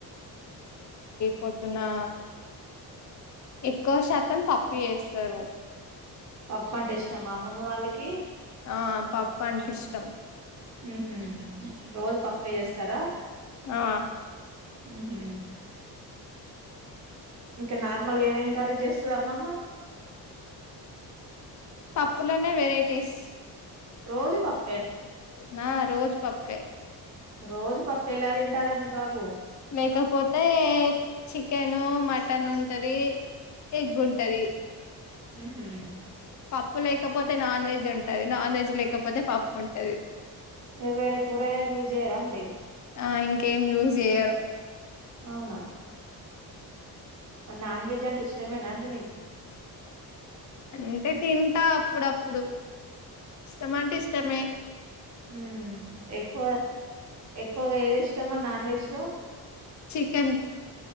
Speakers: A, on the left (about 45°); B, on the right (about 45°).
A: పొద్దునా ఎక్కువ శాతం పప్పు జేస్తారు
B: పప్పంటే ఇష్టమా అమ్మమ్మ వాళ్ళకి
A: ఆ పప్పాయానికిష్టం
B: ఉహూ రోజ్ పప్పే జేస్తరా
A: ఆ
B: ఊహూ ఇంక నార్మల్ గా ఏం కర్రీ జేస్తుది అమ్మమ్మ
A: కుండనే వెరైటీస్
B: రోజు పప్
A: నా రోజ్ పప్పే
B: రోజు పప్పు ఎలా తింటారండి బాబు
A: లేకపోతే చికెను మటనుంటది ఎగ్గుంటది
B: ఉహు
A: పప్పు లేకపోతే నాన్ వెజ్ ఉంటది నాన్ వెజ్ లేకపోతే పప్పు ఉంటది
B: ఇక వేరే కూరగాయలు యూజ్ చేయరా అండి
A: ఆ ఇంకేం యూస్ చెయారు
B: అవునా మరి నాన్ వెజ్ అంటే ఇష్టమేనా అండి మీకు
A: అంటే తింటా అప్పుడప్పుడు ఇష్టమ అంటే ఇష్టమే
B: ఉమ్ ఎక్కువ ఎక్కువగా ఏది ఇష్టామా నాన్ వెజ్ లో
A: చికెన్